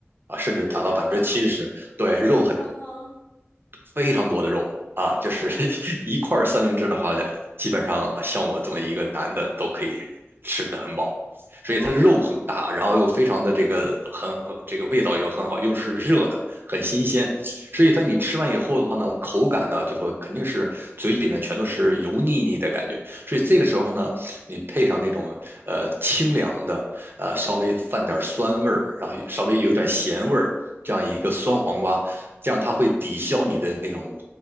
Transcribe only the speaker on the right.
啊，甚至达到百分之七十，
对，肉很非常多的肉啊，
就是 <laughs> 一块儿三明治的话，基本上啊像我这么一个男的都可以吃得很饱，所以它的肉很大，
然后又非常的这个很呃这个味道又很好，又是热的，很新鲜，所以它你吃完以后的话呢，口感呢就说肯定是嘴里面全都是油腻腻的感觉，所以这个时候呢，你配上那种呃清凉的。呃，稍微泛点酸味儿，然后稍微有点咸味儿，这样一个酸黄瓜，这样它会抵消你的那种